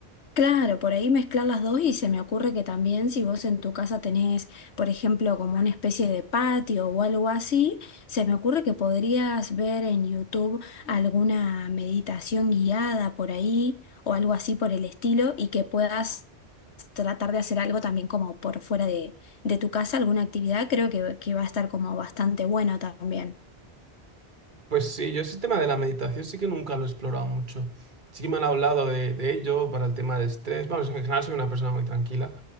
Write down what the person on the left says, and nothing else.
Claro, por ahí mezclar las dos y se me ocurre que también si vos en tu casa tenés, por ejemplo, como una especie de patio o algo así, se me ocurre que podrías ver en YouTube alguna meditación guiada por ahí o algo así por el estilo y que puedas tratar de hacer algo también como por fuera de, de tu casa, alguna actividad, creo que, que va a estar como bastante bueno también,